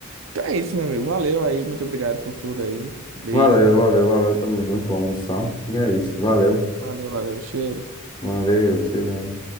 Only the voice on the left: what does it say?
Valeu, valeu, valeu. Tamo junto, vou almoçar. E é isso, valeu.
Valeu, cheirão.